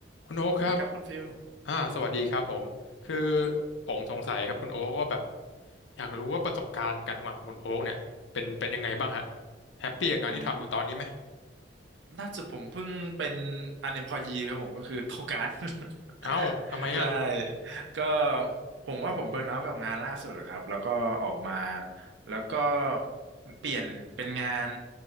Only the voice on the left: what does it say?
คุณโอ๊คครับ
อ่าสวัสดีครับผม คือผมสงสัยครับคุณโอ๊คว่าแบบอยากรู้ว่าประสบการณ์การทำงานของคุณโอ๊คเนี่ยเป็นเป็นยังไงบ้างฮะแฮปปี้กับงานที่ทำอยู่ตอนนี้ไหม
เอ้าทำไมอ่ะ